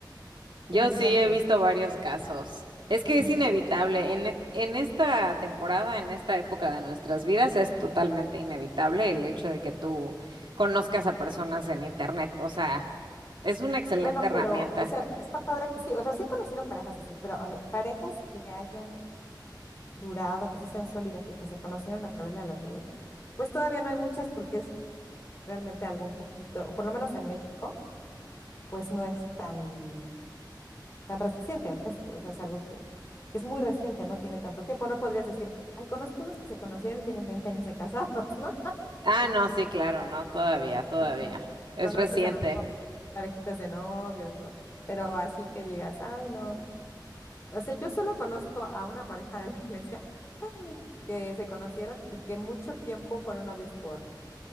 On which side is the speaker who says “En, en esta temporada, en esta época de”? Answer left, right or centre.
Right